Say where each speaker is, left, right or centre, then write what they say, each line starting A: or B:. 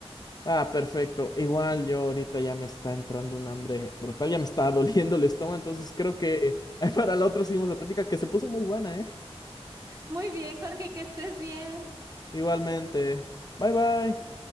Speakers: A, on the left (about 40°); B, on the right (about 30°).
A: Ah, perfecto. Igual yo ahorita ya me está entrando un hambre brutal, ya me está <laughs> doliendo el estómago, entonces creo que <laughs> para la otra seguimos la práctica que se puso muy buena, ¿eh?
B: Muy bien, Jorge, que estés bien.
A: Igualmente. Bye bye.